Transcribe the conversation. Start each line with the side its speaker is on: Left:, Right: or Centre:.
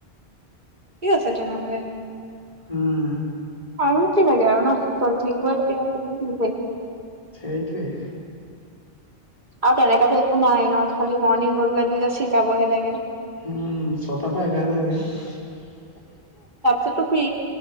Right: ঠিক আছে তেনেহ'লে,
Left: উম
Right: আৰুনো কি লাগে আৰু ন'। চিব <unintelligible> লাগে আৰু তুমি
Left: সেইটোৱেই।
Right: আৰু তেনেকাতো একো নাই ন', খালি মৰ্ণিং গৈ পেলাই তুমি যাচ শিকাবহে লাগে।
Left: উম, ছটাৰ পৰা এঘাৰটা লৈকে।
Right: ছটো ফ্ৰি